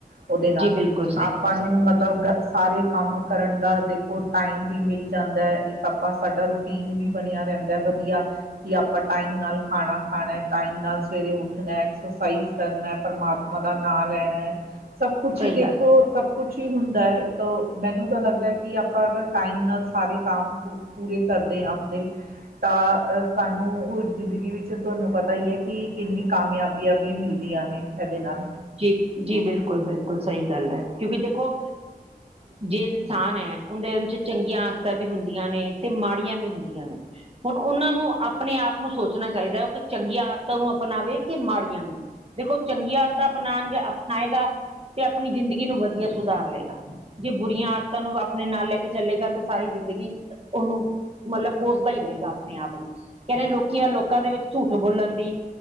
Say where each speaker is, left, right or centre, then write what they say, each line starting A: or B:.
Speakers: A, on the right; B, on the right.
A: ਉਹਦੇ ਨਾਲ,
B: ਜੀ
A: ਆਪ
B: ਬਿਲਕੁਲ ਸਹੀ
A: ਆਪਾਂ ਨੂੰ ਮਤਲਬ ਸਾਰੇ ਕੰਮ ਕਰਨ ਦਾ ਦੇਖੋ ਟਾਈਮ ਵੀ ਮਿਲ ਜਾਂਦਾ, ਇਕ ਆਪਾਂ, ਸਾਡਾ ਰੂਟੀਨ ਵੀ ਬਣਿਆ ਰਹਿੰਦਾ ਹੈ ਵਧੀਆ ਕਿ ਆਪਾਂ ਟਾਈਮ ਨਾਲ ਖਾਣਾ ਖਾਣਾ, ਟਾਈਮ ਨਾਲ ਸਵੇਰੇ ਉੱਠਣਾ, ਐਕਸਰਸਾਈਜ਼ ਕਰਨਾ, ਪਰਮਾਤਮਾ ਦਾ ਨਾਂ ਲੈਣਾ, ਸਭ ਕੁਛ
B: ਸਹੀ
A: ਹੀ ਦੇਖੋ
B: ਗੱਲ ਹੈ।
A: ਸਭ ਕੁਛ ਹੀ ਹੁੰਦਾ ਹੈ, ਤੋ, ਮੈਨੂੰ ਤਾਂ ਲੱਗਦਾ ਹੈ ਕਿ ਆਪਾਂ ਅਗਰ ਟਾਈਮ ਨਾਲ ਸਾਰੇ ਕੰਮ ਪੂ ਪੂਰੇ ਕਰਦੇ ਹਾਂ ਆਪਣੇ ਤਾਂ ਸਾਨੂੰ ਉਹ ਜ਼ਿੰਦਗੀ ਵਿੱਚ ਤੁਹਾਨੂੰ ਪਤਾ ਹੀ ਹੈ, ਕਿ ਕਿੰਨੀ ਕਾਮਯਾਬੀਆਂ ਵੀ ਇਹ ਮਿਲਦੀਆਂ ਨੇ ਏਦੇ ਨਾਲ
B: ਜੀ, ਜੀ ਬਿਲਕੁਲ-ਬਿਲਕੁਲ ਸਹੀ ਗੱਲ ਹੈ, ਕਿਉਂਕਿ ਦੇਖੋ ਜੇ ਇਨਸਾਨ ਹੈ, ਉਹਦੇ ਚ ਚੰਗੀਆਂ ਆਦਤਾਂ ਵੀ ਹੁੰਦੀਆਂ ਨੇ ਤੇ ਮਾੜੀਆਂ ਵੀ ਹੁੰਦੀਆਂ ਨੇ ਹੁਣ ਉਹਨਾਂ ਨੂੰ ਆਪਣੇ ਆਪ ਨੂੰ ਸੋਚਣਾ ਚਾਹੀਦਾ ਉਹ ਕਿ ਚੰਗੀਆਂ ਆਦਤਾਂ ਨੂੰ ਅਪਣਾਵੇ ਕਿ ਮਾੜੀਆਂ ਨੂੰ ਦੇਖੋ ਚੰਗੀਆਂ ਆਦਤਾਂ ਅਪਣਾਉਣਗੇ ਅਪਣਾਏਗਾ, ਤੇ ਆਪਣੀ ਜ਼ਿੰਦਗੀ ਨੂੰ ਵਧੀਆ ਸੁਧਾਰ ਲੇ ਗਾ। ਜੇ ਬੁਰੀਆਂ ਆਦਤਾਂ ਨੂੰ ਆਪਣੇ ਨਾਲ ਲੈ ਕੇ ਚਲੇੇਗਾ ਤੇ ਸਾਰੀ ਜ਼ਿੰਦਗੀ, ਉਹਨੂੰ, ਮਤਲਬ ਕੋਸਦਾ ਹੀ ਰਹੇਗਾ ਆਪਣੇ ਆਪ ਨੂੰ ਕਹਿੰਦੇ ਲੋਕੀ ਆ ਲੋਕਾਂ ਦੇ ਵਿੱਚ ਝੂਠ ਬੋਲਣ ਦੀ,